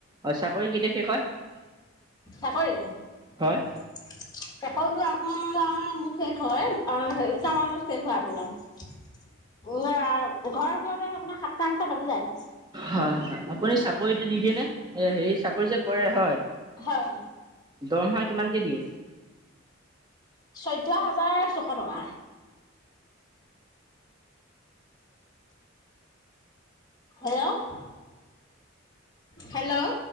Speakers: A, on the right; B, on the left.
A: অ', চাকৰি কেতিয়া শেষ হয়?
B: চাকৰি,
A: হয়
B: চাকৰিটো আপোনাৰ ম ম শেষ হয়, অ', হেৰিতা মানত শেষ হয় আপোনাৰ উ, ঘৰ আহি পাওঁতে। আপোনাৰ সাতটা আঠটা বাজি যায়
A: হয় হয় আপুনি চাকৰিটো দি দিয়ে নে, এ হেৰি চাকৰি যে কৰে হয়
B: হয়।
A: দৰমহা কিমানকে দিয়ে?
B: চৈধ্য হাজাৰ ছশ টকা। Hello, hello.